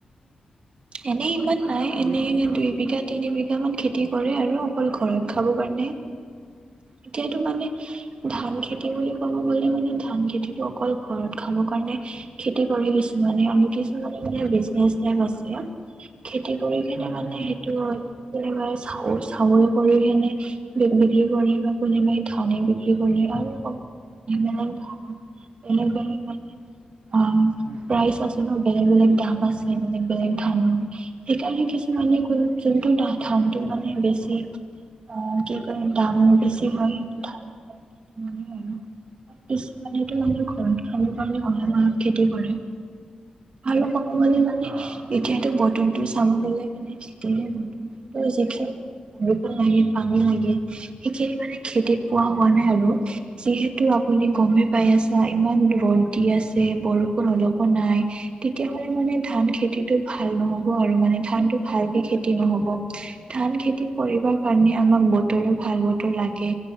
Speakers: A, on the right (about 50°); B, on the right (about 70°).
A: এনেই ইমান নাই
B: কি
A: এনেই
B: হুম,
A: দুই বিঘা তিনি বিঘা - অলপ মান খেতি কৰে আৰু অকল ঘৰত খাব কাৰণে। এতিয়াতো মানে ধান খেতি বুলি- ক'ব গ'লে মানে, ধান খেতিটো অকল ঘৰত খাব কাৰণে খেতি কৰে কিছুমানে, আমি কিছুমানে মানে <unintelligible> <unintelligible> আছে। খেতি কৰি কিনে
B: হুম,
A: মানে
B: হুম,
A: সে সেইটো হয়, <unintelligible> চাউ-চাউল কৰি কিনে বি-বিক্ৰী কৰে বা কোনোবাই ধানে বিক্ৰী কৰে। আৰু কম <unintelligible> আম,
B: হুম,
A: প্ৰাইচ আছে ন'! বেলেগ-বেলেগ দাম আছে, মানে বেলেগ ধান, সেইকাৰণে কিছ <unintelligible> যোনটো ধানটো
B: হয়,
A: মানে বেছি। অ, কি কৰিম দাম বেছি হয়, সেইটো <unintelligible> কিছুমানেটো মানুহ ঘৰত খাব কাৰণে
B: হয়,
A: অলপ-অলপ খেতি কৰে। আৰু ক'ব গ'লে মানে
B: অ',
A: এতিয়াতো বতৰটো চাব গ'লে মানে যিতুহে ৰোব লাগে, পানী লাগে, সেইখিনি মানে খেতিত পোৱা হোৱা নাই আৰু, যিহেতু বুলি গমেই পাই আছা। ইমান ৰ'দ দি আছে, বৰষুণ অলপো নাই। তেতিয়া হ'লে মানে ধান খেতিটো ভাল নহ'ব আৰু, মানে ধানটো ভালকে খেতি নহ'ব। ধান খেতি কৰিব কাৰণে আমাক
B: হয়,
A: বতৰো ভাল বতৰ লাগে।